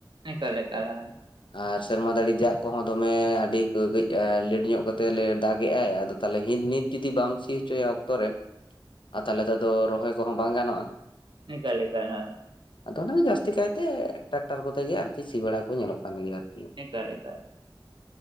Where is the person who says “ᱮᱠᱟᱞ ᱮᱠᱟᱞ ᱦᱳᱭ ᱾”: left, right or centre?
Right